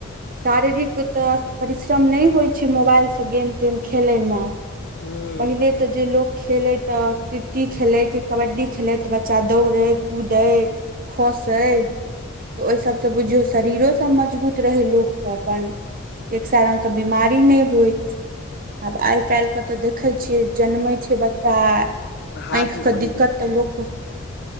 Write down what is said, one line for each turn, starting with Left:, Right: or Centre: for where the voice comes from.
Right: शारिरीक तऽ परिश्रम नै होइ छैय मोबाइल स गेम तेम खेलयमे
Left: हूं
Right: पहिले। तऽ जे लोक खेलय तऽ कित कित खेलैय कबड्डी खेलैय तऽ बच्चा दौड़ै कूदै खसैय तऽ ओह सबस बुझियौ शरीरो से मजबुत रहैय लोक अपन एक साए रंग के बिमारी नै होइ आब आइ काल्हिके तऽ देखैय छियैय आ जन्मैय छैय बच्चा। आँख
Left: हाथ मे
Right: क
Left: पहिल
Right: दिक्कत तऽ लोक के